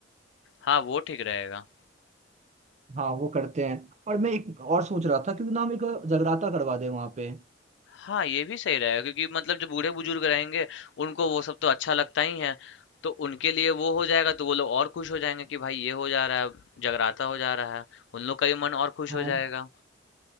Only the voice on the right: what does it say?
हाँ वो करते हैं और मैं एक और सोच रहा था क्योंकि ना हम एक जगराता करवा दें वहाँ पे
हाँ